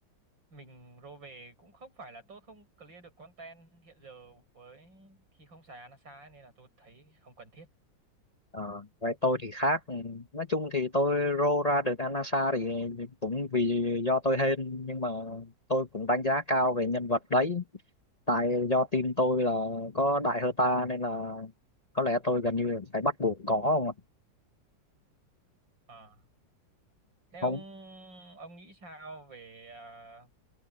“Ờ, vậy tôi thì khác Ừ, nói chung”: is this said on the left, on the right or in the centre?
Left